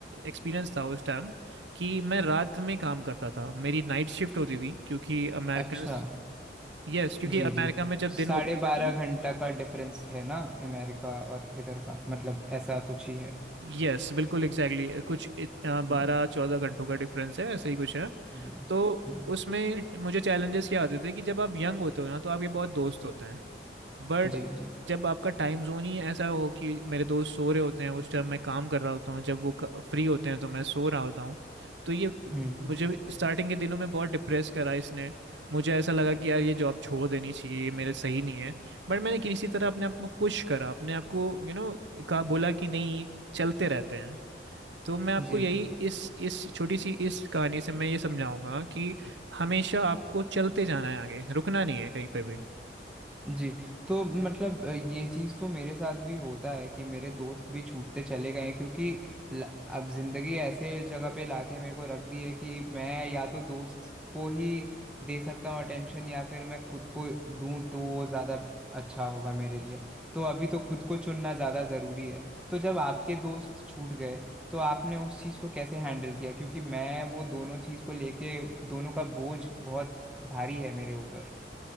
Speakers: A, on the right; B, in the centre.
A: एक्सपीरियंस था उस टाइम कि मैं रात में काम करता था मेरी नाइट शिफ्ट होती थी क्योंकि अमेरिकन
B: अच्छा
A: यस क्योंकि
B: जी
A: अमेरिका
B: जी
A: में जब
B: साढ़े
A: दिन होता है
B: बारह
A: ना
B: घंटा का डिफरेंस है ना अमेरिका और इधर का मतलब ऐसा कुछ ही है
A: यस बिल्कुल एग्जैक्टली exactly, कुछ बारह
B: हम्म
A: चौदह घंटों का डिफरेंस है ऐसा ही कुछ है
B: जी
A: तो
B: हम्म
A: उसमें मुझे चैलेंजेस क्या आते थे कि जब आप यंग होते हो ना तो आपके बहुत दोस्त होते हैं बट
B: जी जी
A: जब आपका टाइम जोन ही ऐसा हो कि मेरे दोस्त सो रहे होते हैं उस टाइम मैं काम कर रहा होता हूँ जब वो फ्री होते हैं तो मैं सो रहा होता हूँ तो ये
B: हम्म
A: मुझे स्टार्टिंग के दिनों में बहुत डिप्रेस करा इसने मुझे ऐसा लगा कि यार ये जॉब छोड़ देनी चाहिए ये मेरे सही नहीं है बट मैंने किसी तरह अपने आप को पुश करा अपने आप को यू नो कहा बोला कि नहीं चलते रहते हैं तो मैं आपको
B: जी
A: यही इस इस छोटी सी इस कहानी से मैं ये समझाऊंगा कि हमेशा आपको चलते जाना है आगे रुकना नहीं है कहीं पर भी
B: जी तो मतलब अ, ये चीज़ तो मेरे साथ भी होता है कि मेरे दोस्त भी छूटते चले गए हैं क्योंकि ल- अब ज़िंदगी ऐसे जगह पे लाके मेरे को रख दी है कि मैं या तो दोस्त को ही दे सकता हूँ अटेंशन या फिर मैं खुद को दूँ तो वो ज़्यादा अच्छा होगा मेरे लिए तो अभी तो खुद को चुनना ज़्यादा ज़रूरी है तो जब आपके दोस्त छूट गए तो आपने उस चीज़ को कैसे हैंडल किया क्योंकि मैं वो दोनों चीज़ को लेके दोनों का बोझ बहुत भारी है मेरे ऊपर